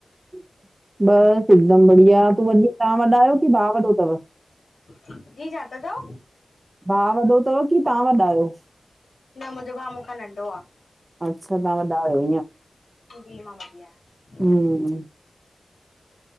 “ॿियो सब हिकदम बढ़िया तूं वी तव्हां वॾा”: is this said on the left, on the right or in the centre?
Right